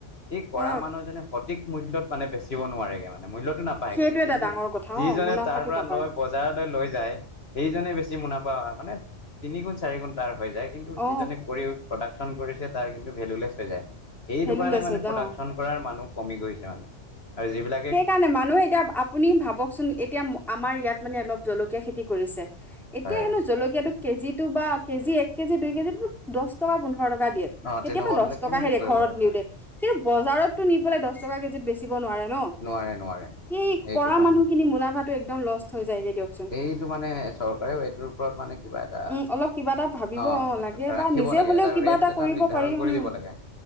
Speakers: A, on the left; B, in the centre.
A: সেই কৰা
B: অ
A: মানুহজনে সঠিক মূল্যয়ত মানে বেচিব নোৱাৰেগে মানে মূল্যয়তো নাপ
B: সেইটো
A: কিন্তু
B: এটা ডাঙৰ কথা
A: যিজনে
B: অ মুনাফাটো
A: তাৰ পৰা
B: নাপায়
A: লয় বজাৰলৈ লৈ যায় সেইজনে বেছি মুনাফা মানে তিনি গুণ চাৰি গুণ তাৰ হৈ যায় কিন্তু কিন্তু
B: অ
A: যিজনে কৰি প্ৰদাক্শন কৰিছে, তাৰ কিন্ত ভেলুলেছ হৈ যায়। সেইটো
B: ভেলুলেছ
A: কাৰণে মানে
B: হৈ যাওঁ
A: প্ৰডাক্শন কৰাৰ মানুহ কমি গৈছে মানে, আৰু যিবিলাক
B: সেইকাৰণে মানুহে এতিয়া আপ আপুনি ভাৱকচোন, এতিয়া আমাৰ ইয়াত মানে অলপ জলকীয়া খেতি কৰিছে। এতিয়া
A: হয়
B: হেনো জলকীয়াটো কেজিটো বা কেজি এক কেজি দুই কেজিত দহ টকা পোন্ধৰ টকা দিয়ে।
A: অ
B: কেতিয়াবা
A: তেনেকুৱা
B: দছ
A: হলে কেনেকে
B: টকা হে দিয়ে
A: কৰিব
B: ঘৰত নিওঁতে।
A: হয়
B: কিন্তু বজাৰতটো নি পেলাই দছ টকা কেজিত বেচিব নোৱাৰে ন।
A: নোৱাৰে নোৱাৰে।
B: সেই
A: এইটো
B: কৰা
A: কাৰণে
B: মানুহ খিনি মুনাফাটো একদম লোষ্ট হৈ যায়গে দিয়কচোন।
A: এইটো মানে চৰকাৰেও এইটোৰ ওপৰত মানে কিবা এটা
B: উম অলপ কিবা এটা ভাবিব
A: অ'
B: লাগে
A: ৰাখিব
B: বা নিজে
A: লাগে
B: হলেও
A: এটা
B: কিবা
A: ৰেট এটা
B: কৰিব
A: নি ধাৰণ
B: পাৰি
A: কৰি
B: উম
A: দিব লাগে।